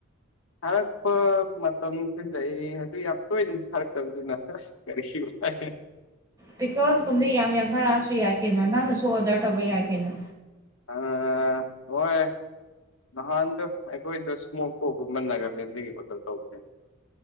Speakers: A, on the left; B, on the right.
A: ꯊꯔꯛꯄ ꯃꯇꯝꯁꯨ ꯂꯩ ꯑꯗꯨ ꯌꯥꯝ ꯇꯣꯏꯅꯁꯨ ꯁꯥꯔꯛꯇꯕꯅꯤꯅ ꯑꯁ <unintelligible>
B: ꯄꯤꯀꯜꯁ ꯀꯨꯝꯕꯗꯤ ꯌꯥꯝ ꯌꯥꯝꯊꯥꯔꯛꯑꯁꯨ ꯌꯥꯏ ꯀꯩꯅꯣ ꯅꯪꯅꯁꯨ ꯑꯣꯔꯗꯔ ꯇꯧꯕ ꯌꯥꯏ ꯀꯩꯅꯣ
A: ꯑꯥ ꯍꯣꯏ ꯅꯍꯥꯟꯗ ꯑꯩꯈꯣꯏꯗ ꯏꯁꯃꯣꯛꯄꯣꯛ ꯒꯨꯝꯕ ꯅꯥꯒꯥꯂꯦꯟꯗꯒꯤ ꯑꯣꯗꯔ ꯇꯧꯕꯅꯦ